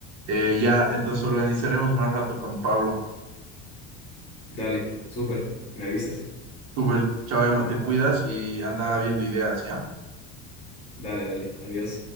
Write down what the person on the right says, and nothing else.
Eh, ya, entonces organizaremos más rato con Pablo.
Súper, chao, Emma, te cuidas y anda viendo ideas, ¿ya?